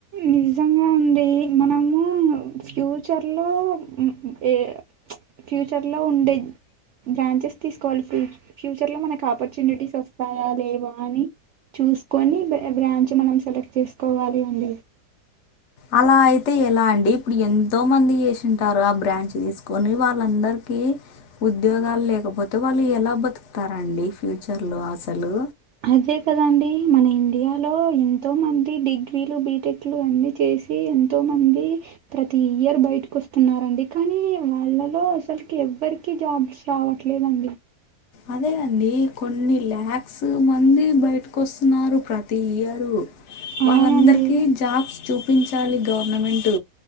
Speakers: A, on the right (about 75°); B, on the left (about 60°).
A: నిజంగా అండి మనము ఫ్యూచర్లో ఏ ఫ్యూచర్లో ఉండే బ్రాంచెస్ తీసుకోవాలి ఫూ ఫ్యూచర్ లో మనకు ఆపర్చునిటీస్ వస్తాయా లేవా అని చూసుకొని బ్రా బ్రాంచ్ మనం సెలెక్ట్ చేసుకోవాలి అండి
B: అలా అయితే ఎలా అండి ఇప్పుడు ఎంతో మంది చేసింటారు ఆ బ్రాంచ్ తీసుకొని వాళ్ళందరికి ఉద్యోగాలు లేకపోతే వాళ్ళు ఎలా బతుకుతారండి ఫ్యూచర్లో అసలు
A: అంతే కదండి మన ఇండియాలో ఎంతో మంది డిగ్రీలు బీటెక్లు అన్నీ చేసి ఎంతో మంది ప్రతి ఇయర్ బయటకు వస్తున్నారండి కానీ వాళ్ళలో అసలుకి ఎవ్వరికి కి జాబ్స్ రావట్లేదండి
B: అదే అండి కొన్ని లాక్స్ మంది బయటకొస్తున్నారు ప్రతి ఇయరు వాళ్ళందరికీ
A: అవునండి
B: జాబ్స్ చూపించాలి గవర్నమెంట్